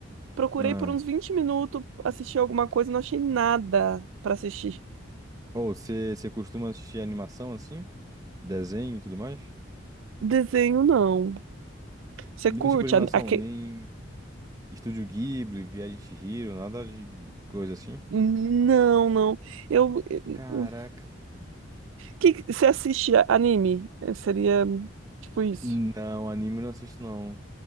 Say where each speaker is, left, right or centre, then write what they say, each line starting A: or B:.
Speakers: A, on the right (about 75°); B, on the right (about 20°).
A: Procurei
B: ah.
A: por uns 20 minutos assistir alguma coisa, não achei nada pra assistir.
B: Ô, você você costuma assistir animação assim? Desenho e tudo mais?
A: Desenho, não. Você
B: Nenhum
A: curte?
B: tipo de animação,
A: a- aque-
B: nem Estúdio Ghibli, Viagem de Chihiro, nada de coisa assim?
A: Não, não. Eu.
B: Caraca.
A: O que que- você assiste anime? Eh, Seria tipo isso.
B: Não, anime eu não assisto não.